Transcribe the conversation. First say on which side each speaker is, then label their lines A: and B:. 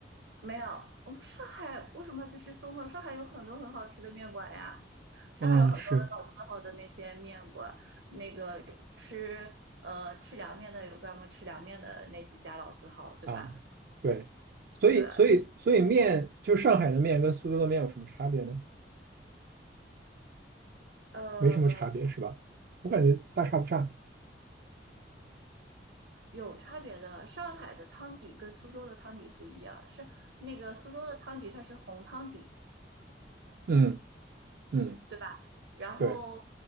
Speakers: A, on the right; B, on the right.
A: 没有，我们上海为什么要去吃松鹤？上海有很多很好吃的面馆呀，上海有很多老字号的那些面馆，
B: 嗯，是。
A: 那个吃呃吃凉面的有专门吃凉面的那几家老字号，对吧？
B: 啊，对，所以所以所以面，
A: 对，
B: 就是上海的面跟苏州的面有什么差别呢？
A: 呃，
B: 没什么差别是吧？我感觉大差不差。
A: 有差别的。上海的汤底跟苏州的汤底不一样，是那个苏州的汤底它是红汤底，
B: 嗯嗯，
A: 对吧？然后
B: 对